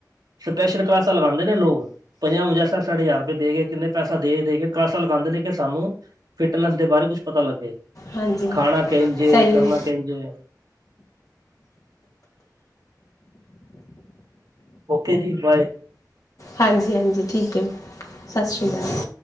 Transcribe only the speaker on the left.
ਹਾਂਜੀ
ਸਹੀ
ਹੈ।
ਹਾਂਜੀ ਹਾਂਜੀ ਠੀਕ ਐ। ਸਤਿ ਸ਼੍ਰੀ ਅਕਾਲ।